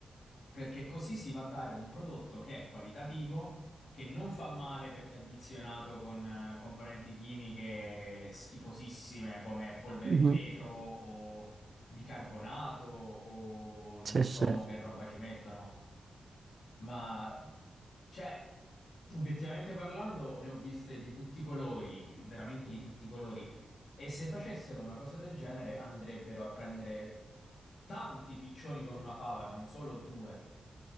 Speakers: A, on the left (about 65°); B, on the right (about 45°).
A: perché così si va a dare un prodotto che è qualitativo, che non fa male perché è addizionato con eh, componenti chimiche schifosissime come polvere
B: Mhm.
A: di vetro o bicarbonato o non
B: Sì, sì.
A: so mo che roba ci mettono. Ma, cioè, obiettivamente parlando, ne ho viste di tutti i colori, veramente di tutti i colori. E se facessero una cosa del genere, andrebbero a prendere tanti piccioni con una fava, non solo due.